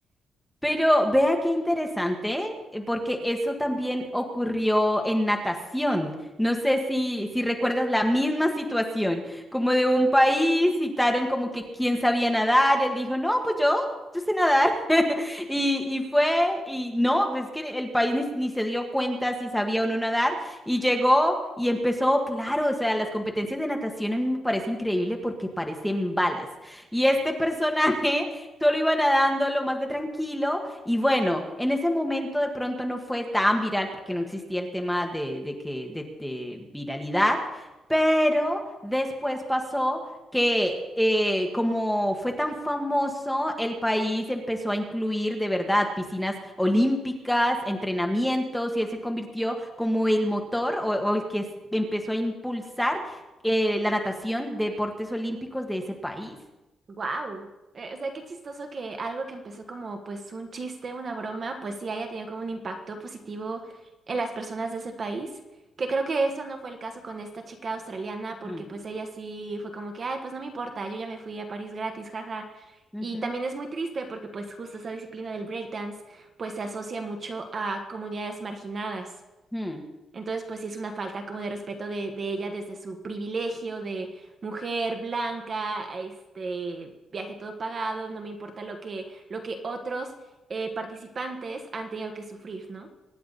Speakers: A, in the centre; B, on the right.
A: Pero vea qué interesante, eh, porque eso también ocurrió en natación. No sé si, si recuerdas la misma situación, como de un país, citaron como que quién sabía nadar, él dijo, no, pues yo, yo sé nadar. <laughs> Y, y fue, y no, pues es que el país ni, ni se dio cuenta si sabía o no nadar, y llegó y empezó, claro, o sea, las competencias de natación a mí me parece increíble porque parecen balas. Y este <laughs> personaje... Solo iba nadando lo más de tranquilo y bueno, en ese momento de pronto no fue tan viral porque no existía el tema de, de que de, de viralidad, pero después pasó que eh, como fue tan famoso, el país empezó a incluir de verdad piscinas olímpicas, entrenamientos y él se convirtió como el motor o, o el que es- empezó a impulsar eh, la natación, deportes olímpicos de ese país.
B: Wow. o sea, qué chistoso que algo que empezó como pues un chiste, una broma, pues sí haya tenido como un impacto positivo en las personas de ese país, que creo que eso no fue el caso con esta chica australiana, porque
A: Mm,
B: pues ella sí fue como que, ay, pues no me importa, yo ya me fui a París gratis, jaja.
A: ujú,
B: Y también es muy triste porque pues justo esa disciplina del breakdance pues se asocia mucho a comunidades marginadas.
A: mm.
B: Entonces, pues sí es una falta como de respeto de, de ella desde su privilegio de mujer blanca, este, viaje todo pagado, no me importa lo que, lo que otros eh, participantes han tenido que sufrir, ¿no?